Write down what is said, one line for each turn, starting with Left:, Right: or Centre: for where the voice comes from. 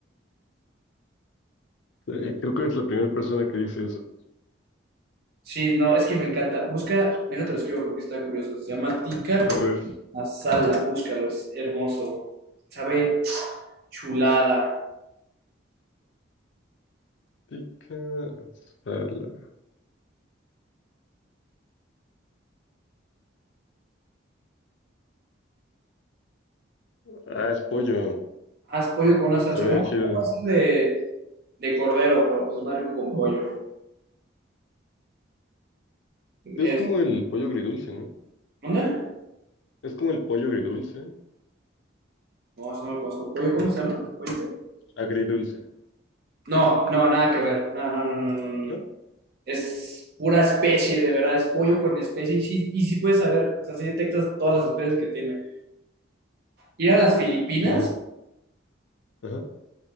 Left: eh, creo que es la primera persona que dice eso.
Right: Sí, no, es que me encanta. Busca, déjate lo escribo porque está curioso. Se llama tikka
Left: A ver,
Right: masala. Búscalo, es hermoso. Sabe chulada.
Left: tica, sala. Ah, es pollo,
Right: Haz pollo con una salsa.
Left: se ve
Right: Bueno,
Left: chido.
Right: no puede ser de, de cordero, pero pues más rico con pollo. Es,
Left: Es como el pollo agridulce, ¿no?
Right: ¿Dónde?
Left: Es como el pollo agridulce,
Right: No, eso no lo conozco. ¿Pollo cómo se llama? ¿Pollo qué?
Left: agridulce,
Right: No, no, nada que ver. No, no, no, no, no, no.
Left: ¿no?
Right: Es pura especie, de verdad, es pollo con especie. Y sí, y sí puedes saber, o sea, sí detectas todas las especies que tiene. Ir a las Filipinas,
Left: Ujú, Ajá,